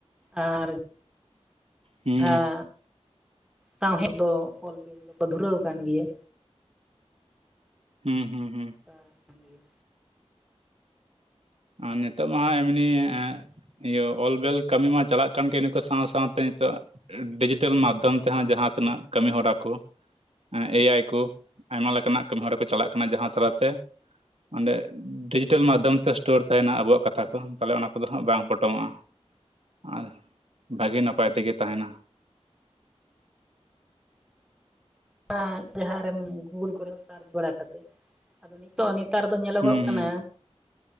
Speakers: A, in the centre; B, on the right.
A: ᱟᱨ
B: ᱦᱩᱸ
A: ᱦᱮᱸ ᱥᱟᱣᱦᱮᱫ ᱫᱚ ᱚᱞ ᱵᱤᱞ ᱫᱚᱠᱚ ᱫᱷᱩᱨᱟᱹᱣ ᱟᱠᱟᱱ ᱜᱮᱭᱟ
B: ᱦᱩᱸ ᱦᱩᱸ ᱦᱩᱸ
A: ᱚᱱᱠᱟ ᱠᱟᱱ ᱜᱮᱭᱟ
B: ᱟᱨ ᱱᱤᱛᱚᱜ ᱢᱟ ᱮᱢᱱᱤ ᱮᱸᱜ ᱤᱭᱟᱹ ᱚᱞᱵᱮᱞ ᱠᱟᱹᱢᱤ ᱢᱟ ᱪᱟᱞᱟᱜ ᱠᱟᱱ ᱜᱮ ᱤᱱᱟ. ᱠᱚ ᱥᱟᱶ ᱥᱟᱶᱛᱮ ᱱᱤᱛᱚᱜ ᱰᱤᱡᱤᱴᱮᱞ ᱢᱟᱫᱽᱫᱷᱚᱢ ᱛᱮᱦᱚᱸ ᱡᱟᱦᱟᱸᱛᱤᱤᱱᱟᱹᱜ ᱠᱟᱹᱢᱤ ᱦᱚᱨᱟ ᱠᱚ ᱮ ᱟᱭ ᱠᱚ ᱟᱭᱢᱟᱼᱼ ᱠᱟᱱᱟ ᱠᱟᱹᱢᱤ ᱦᱚᱨᱟ ᱠᱚ ᱪᱟᱞᱟᱜ ᱠᱟᱱᱟ ᱡᱟᱦᱟᱸ ᱛᱟᱞᱟᱛᱮ ᱚᱸᱰᱮ ᱰᱤᱡᱤᱴᱮᱞ ᱢᱟᱫᱽᱫᱷᱚᱢ ᱛᱮ ᱥᱴᱳᱨ ᱛᱟᱦᱮᱱᱟ ᱟᱵᱚᱣᱟᱜ ᱠᱟᱛᱷᱟ ᱠᱚ ᱛᱟᱦᱚᱞᱮ ᱚᱱᱟ ᱠᱚᱫᱚ ᱦᱟᱸᱜ ᱵᱟᱝ ᱯᱚᱴᱚᱢᱚᱜᱼᱟ ᱟᱨ ᱵᱷᱟᱜᱮ ᱱᱟᱯᱟᱭ ᱱᱟᱯᱟᱭ ᱛᱮᱜᱮ ᱛᱟᱦᱮᱱᱟ
A: ᱮᱸᱜ ᱡᱟᱦᱟᱸᱨᱮᱢ ᱜᱩᱜᱩᱞ ᱠᱚᱨᱮ ᱥᱟᱨᱪ ᱵᱟᱲᱟ ᱠᱟᱛᱮᱫ ᱛᱚ ᱱᱮᱛᱟᱨ ᱫᱚ ᱧᱮᱞᱚᱜᱚᱜ
B: ᱦᱩᱸ
A: ᱠᱟᱱᱟ
B: ᱦᱩᱸ